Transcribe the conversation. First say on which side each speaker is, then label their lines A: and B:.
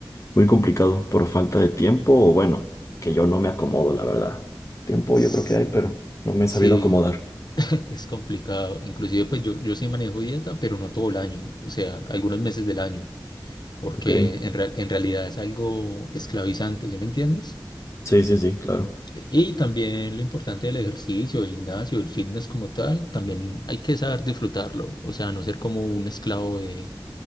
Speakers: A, on the left; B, on the left.
A: muy complicado por falta de tiempo o bueno, que yo no me acomodo, la verdad. Tiempo
B: S-
A: yo creo que hay, pero no me he
B: Sí,
A: sabido acomodar.
B: <laughs> es complicado. Inclusive, pues yo, yo sí manejo dieta, pero no todo el año, o sea, algunos meses del año, porque
A: Ok,
B: en, rea- en realidad es algo esclavizante, ¿sí me entiendes?
A: sí, sí, sí, claro.
B: Y también lo importante del ejercicio, el gimnasio, el fitness como tal, también hay que saber disfrutarlo, o sea, no ser como un esclavo de,